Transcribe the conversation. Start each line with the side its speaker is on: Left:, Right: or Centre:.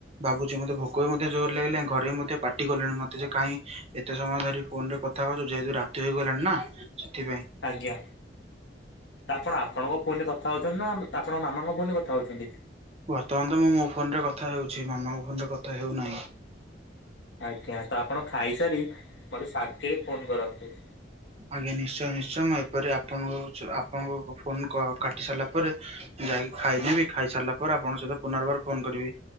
Right: ଭାବୁଛି ମତେ ଭୋକ ବି ମଧ୍ୟ ଜୋର ଲାଗିଲାଣି ଘରେ ବି ମଧ୍ୟ ପାଟି କଲେଣି ମତେ ଯେ କାଇଁ ଏତେ ସମୟ ଧରି ଫୋନ ରେ କଥା ହଉଛୁ ଯେହେତୁ ରାତି ହେଇଗଲାଣି ନା ସେଥିପାଇଁ।
Left: ଆଜ୍ଞା। ତା ଆପଣ ଆପଣଙ୍କ ଫୋନ ରେ କଥା ହଉଛନ୍ତି ନା ଆପଣଙ୍କ ମାମାଙ୍କ ଫୋନ ରେ କଥା ହଉଛନ୍ତି।
Right: ବର୍ତ୍ତମାନ ତ ମୁଁ ମୋ ଫୋନ ରେ କଥା ହେଉଛି ମାମାଙ୍କ ଫୋନରେ କଥା ହେଉନାହିଁ।
Left: ଆଜ୍ଞା ତ ଆପଣ ଖାଇସାରି ମତେ ଶାନ୍ତିରେ ଫୋନ କରନ୍ତୁ।
Right: ଆଜ୍ଞା ନିଶ୍ଚୟ ନିଶ୍ଚୟ ମୁଁ ଏପରି ଆପଣ ଆପଣଙ୍କ ଫୋନ କାଟି ସାରିଲା ପରେ ଯାଇକି ଖାଇ ନେବି ଖାଇ ସାରିଲା ପରେ ଆପଣଙ୍କ ସହିତ ପୁନର୍ବାର ଫୋନ କରିବି।